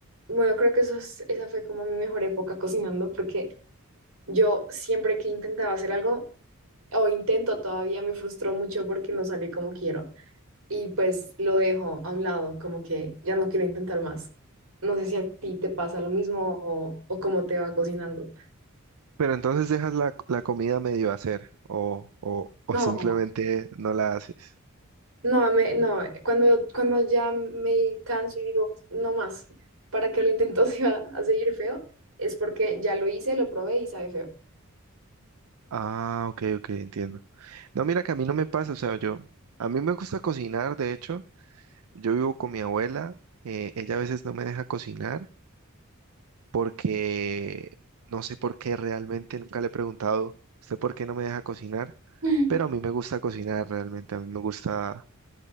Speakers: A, on the right (about 65°); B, on the right (about 85°).
A: bueno, creo que eso es- esa fue como mi mejor época cocinando, porque yo siempre que intentaba hacer algo, o intento todavía, me frustró mucho porque no salió como quiero. y pues lo dejo a un lado, como que ya no quiero intentar más. No sé si a ti te pasa lo mismo o, o cómo te va cocinando.
B: Pero entonces dejas la, la comida medio hacer o, o, o
A: No,
B: simplemente no la haces.
A: no, me- no, cuando, cuando ya me canso y digo, no más, ¿para qué lo intento <laughs> si va a seguir feo? Es porque ya lo hice, lo probé y sabe feo.
B: Ah, ok, ok, entiendo. No, mira que a mí no me pasa, o sea, yo, a mí me gusta cocinar, de hecho. Yo vivo con mi abuela, eh, ella a veces no me deja cocinar porque no sé por qué realmente, nunca le he preguntado, ¿usted por qué no me deja cocinar?
A: <laughs>
B: Pero a mí me gusta cocinar realmente, a mí me gusta,